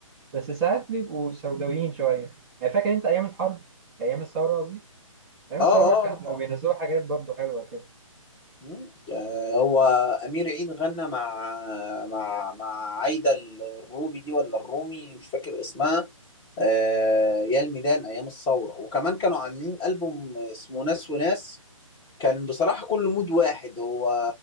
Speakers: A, on the right; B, on the left.
A: بس ساعات بيبقوا سوداويين شويه يعني فاكر انت ايام الحرب ايام الثوره قصدي ايام
B: اه
A: الثوره كان
B: اه
A: لو بينزلوا حاجات برضو حلوه كده
B: مم. آه، هو أمير عيد غنى مع مع مع عايدة الروبي دي ولا الرومي مش فاكر اسمها آه، يا الميدان أيام الثورة وكمان كانوا عاملين ألبوم اسمه ناس وناس كان بصراحة كل مود واحد هو